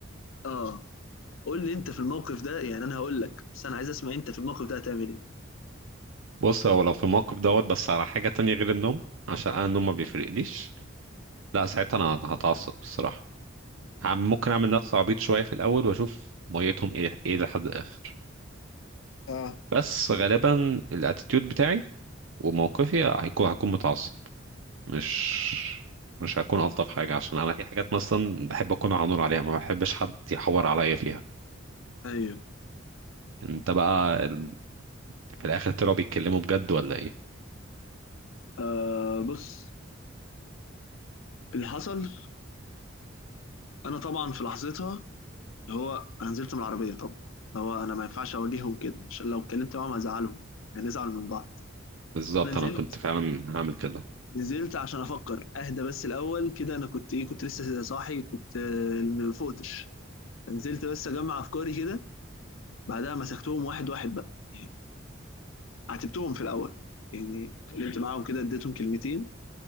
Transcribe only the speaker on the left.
اه قول لي انت في الموقف ده يعني انا هقول لك بس انا عايز اسمع انت في الموقف ده هتعمل ايه
اه
ايوه
آه بص اللي حصل انا طبعا في لحظتها اللي هو انا نزلت من العربيه طبعا اللي هو انا ما ينفعش اواجههم كده عشان لو اتكلمت معاهم هزعلهم هنزعل من بعض
انا نزلت
نزلت عشان افكر اهدى بس الاول كده انا كنت ايه كنت لسه صاحي كنت آه، ما فقتش نزلت بس اجمع افكاري كده بعدها مسكتهم واحد واحد بقى يعني عاتبتهم في الاول يعني اتكلمت معاهم كده اديتهم كلمتين